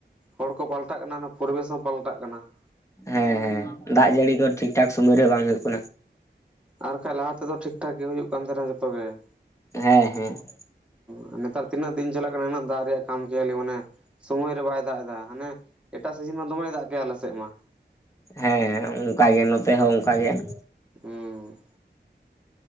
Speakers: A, in the centre; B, on the left (about 15°).
A: ᱦᱚᱲ ᱠᱚ ᱯᱟᱞᱴᱟᱜ ᱠᱟᱱᱟ ᱚᱱᱟ ᱯᱚᱨᱤᱵᱮᱥ ᱦᱚᱸ ᱯᱟᱞᱴᱟᱜ ᱠᱟᱱᱟ ᱾
B: ᱦᱮᱸ ᱦᱮᱸ ᱫᱟᱜ ᱴᱟᱲᱤ ᱠᱚ ᱴᱷᱤᱠ ᱴᱷᱟᱠ ᱥᱳᱢᱚᱭ ᱨᱮ ᱵᱟᱝ ᱦᱩᱭᱩᱜ ᱠᱟᱱᱟ ᱾
A: ᱟᱨᱠᱟᱱᱡ ᱞᱟᱦᱟ ᱛᱮᱫᱚ ᱴᱷᱤᱠ ᱴᱷᱟᱠ ᱜᱮ ᱦᱩᱭᱩᱜ ᱠᱟᱱ ᱛᱟᱦᱮᱱᱟ ᱡᱚᱛᱚ ᱜᱮ ᱾
B: ᱦᱮᱸ ᱦᱮᱸ ᱾
A: ᱦ ᱱᱮᱛᱟᱨ ᱛᱤᱱᱟᱹᱜ ᱫᱤᱱ ᱪᱟᱞᱟᱜ ᱠᱟᱱᱟ ᱩᱱᱟᱹᱜ ᱫᱟᱜ ᱨᱮᱭᱟᱜ ᱠᱟᱢ ᱠᱮᱭᱟᱞᱤ ᱢᱟᱱᱮ᱾ ᱥᱚᱢᱚᱭ ᱨᱮ ᱵᱟᱭ ᱫᱟᱜ ᱮᱫᱟ ᱦᱟᱱᱮ ᱮᱴᱟᱜ ᱥᱤᱡᱤᱱ ᱢᱟ ᱫᱚᱢᱮ ᱫᱟᱜ ᱠᱮᱛ ᱟᱞᱮ ᱥᱮᱫ ᱢᱟ ᱾
B: ᱦᱮᱸ ᱦᱮᱸ ᱚᱱᱠᱟ ᱜᱮ ᱱᱚᱛᱮ ᱦᱚᱸ ᱚᱱᱠᱟᱜᱮ ᱾
A: ᱦᱩᱸ᱾